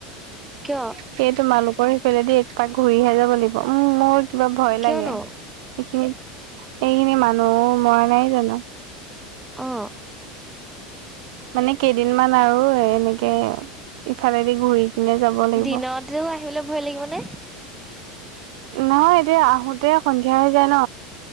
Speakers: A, in the centre; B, on the right.
A: কিয়?
B: সেই তোমালোকৰ মানু্হ ঘৰ সেইফালেদি এক পাক ঘূৰিহে যাব লাগিব। উম মোৰ কিবা ভয়
A: কিয়নো
B: লাগে। এইখিনিত- এইখিনি মানুহ মৰা নাই জানো?
A: অঁ।
B: মানে কেইদিন মান আৰু এ এনেকে ইফালেদি ঘূৰি। এনে যাব লাগিব
A: দিনতেও আহিবলৈ ভয় লাগিব নে?
B: নহয়, এতিয়া আহোতে সন্ধিয়া হৈ যায় ন।